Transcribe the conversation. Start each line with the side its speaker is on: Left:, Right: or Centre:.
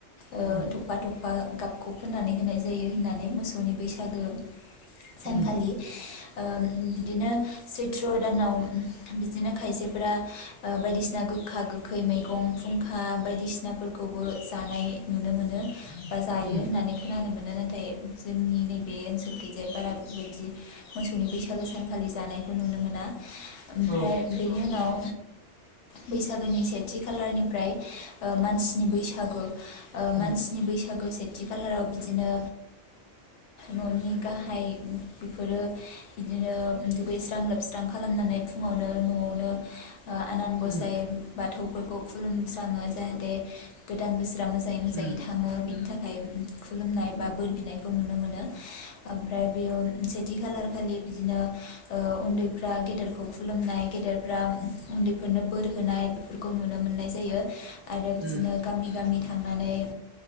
Left: ओ
Right: उम
Left: थफा थफा गाबखौ फोननानै होनाय जायो होननानै मोसौनि बैसागो सानखालि
Right: उम
Left: ओ बिदिनो सैथ्र' दानाव बिदिनो खायसेफोरा ओ बायदिसिना गोखा गो खै मैगं फुंखा बायदिसिनाफोरखौबो जानाय नुनो मोनो। बा जायो
Right: उम
Left: होननानै खोनानो मोनो नाथाय जोंनि नैबे ओनसोल गैजाय बारा बेबायदि मोसौनि बैसागो सानखालि जानाय खौ नुनो मोना ओमफ्राय
Right: औ
Left: बेनि उनाव बैसागोनि सेथि कलारनिफ्राय ओ मानसिनि बैसागो ओ
Right: उम
Left: मानसिनि बैसागोसे थि खालाराव बिदिनो न'नि गाहाय बेफोरो बिदिनो दुगैस्रां लोबस्रां खालामनानै फुङावनो न'आवनो आनान गसाय
Right: उम
Left: बाथौफोरखौ खुलुमस्राङो जाहाथे गोदान बोसोरा मोजाङै मोजाङै
Right: उम
Left: थाङो बिनि थाखाय खुलुमनाय बा बोर बिनायखौ नुनो मोनो ओमफ्राय बेयाव सेथि खालार खालि बिदिनो उन्दैफ्रा गेदेरखौ खुलुमनाय गेदेरफ्रा उन्दैफोरनो बोर होनाय बेफोरखौ नुनो मोननाय जायो आरो
Right: उम
Left: बिदिनो गामि गामि थांनानै